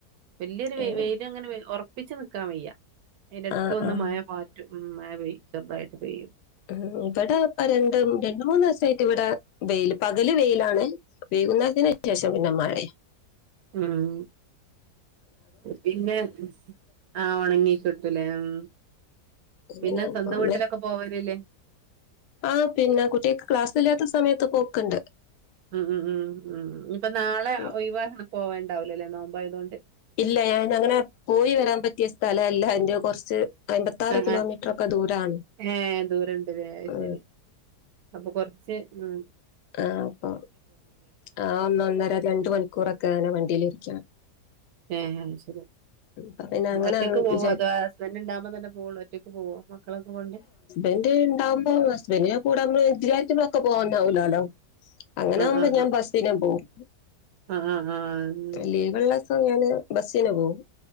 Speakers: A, on the right; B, on the left.
A: വല്ല്യോര് വെയ്ല്
B: ഏഹ്
A: വെയ്ലങ്ങനെവരു ഒറപ്പിച്ച് നിക്കാൻ വയ്യ ഇടക്കൊന്ന്
B: ആഹ് ആഹ്
A: മയ പാറ്റും ഉം മയ പെയ്യും ചെറുതായിട്ട് പെയ്യും
B: ഉ ഇവിടെ പരണ്ടും രണ്ട് മൂന്നീസായിട്ട് ഇവിടെ വെയിൽ പകല് വെയിലാണ് വൈകുംനേരത്തിന് അത്യാവശ്യം പിന്നെ മഴേമ്
A: ഉം പിന്നെ ആഹ ഒണങ്ങിക്കിട്ടൂലേ ഉം
B: അങ്ങനെ
A: പിന്നെ സ്വന്തം
B: നമ്മള്
A: വീട്ടിലൊക്കെ പോവരില്ലേ
B: ആ പിന്നെ കുട്ടേക്ക് ക്ലാസ്സില്ലാത്ത സമയത്ത് പോക്ക്‌ണ്ട്
A: ഉം ഉം ഉം ഉം ഇനിപ്പ ന്നാളെ
B: ഉം.
A: ഒയ് വായൊണ്ട് പോവ്ണ്ടാവുലല്ലേ നോമ്പായതുകൊണ്ട്
B: ഇല്ല ഞാൻ അങ്ങനെ പോയി വരാൻ പറ്റിയസ്ഥലല്ല എന്റെ കൊറച്ച് അയ്മ്പത്താറ്
A: ആ
B: കിലോമീറ്ററൊക്കെ
A: ആ
B: ദൂരാണ്
A: ഏ ദൂരണ്ട്ല്ലേ അത്
B: ഉ
A: ശരി അപ്പൊ കൊറച്ച് മ്
B: ആ അപ്പൊ ആ ഒന്ന് ഒന്നര രണ്ട് മണിക്കൂറൊക്കെ അങ്ങനെ വണ്ടിലിരിക്കണം
A: ഏഹ് ഐശെര്യാ
B: അപ്പൊ പിന്നെ അങ്ങനെ
A: ഒറ്റക്ക്
B: അങ്ങ്
A: പോവോ
B: വിചാരി
A: അതോ ഹസ്ബൻഡ് ഇണ്ടാവുമ്പതന്നെ പോവുള്ളു ഒറ്റക്ക് പോവോ മക്കളൊക്കെ കൊണ്ട്
B: എന്റെ ഇണ്ടാവുമ്പോ ഹസ്ബന്റിന്റെ കൂടെ നമ്മള് വിചാരിച്ചപ്പളൊക്ക പോവാനാവൂലാലോ അങ്ങനാവുമ്പോ
A: ആ ആ
B: ഞാൻ ബസ്സിനം പോവും
A: ആ ആ ആ ആ ഉം
B: ലീവുള്ള സമയമാണേ ബസ്സിന് പോവും